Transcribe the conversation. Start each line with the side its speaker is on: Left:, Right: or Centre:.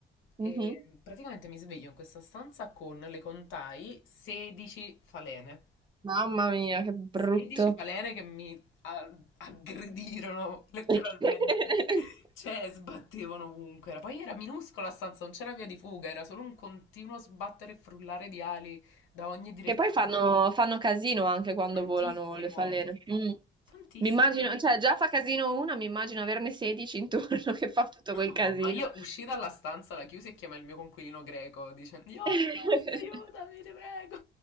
Right: Mhm.
Left: E praticamente mi sveglio in questa stanza con, le contai, 16 falene.
Right: Mamma mia, che brutto.
Left: 16 falene che mi a- aggredirono letteralmente.
Right: <laughs>
Left: Cioè, sbattevano ovunque. Era- Poi era minuscola la stanza, non c'era via di fuga, era solo un continuo sbattere e frullare di ali da ogni direzione.
Right: Che poi fanno, fanno casino anche quando
Left: Tantissimo,
Right: volano le falene. Mm.
Left: tantissimo.
Right: Mi immagino, cioè già fa casino una, mi immagino averne 16 intorno <laughs> che fa tutto
Left: No,
Right: quel casino.
Left: ma io uscì dalla stanza, la chiusi e chiamai il mio conquilino greco dicendo: Yorgos,
Right: <laughs>
Left: aiutami, ti prego.